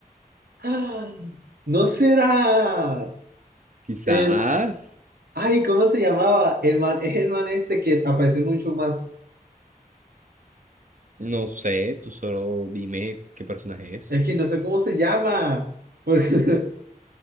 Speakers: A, on the right; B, on the right.
A: Ah, ¿No será
B: Quizás,
A: el... Ay, ¿cómo se llamaba? El man, es el man este que apareció en un show más.
B: no sé, tú solo dime qué personaje es.
A: Es que no sé cómo se llama. Porque <laughs>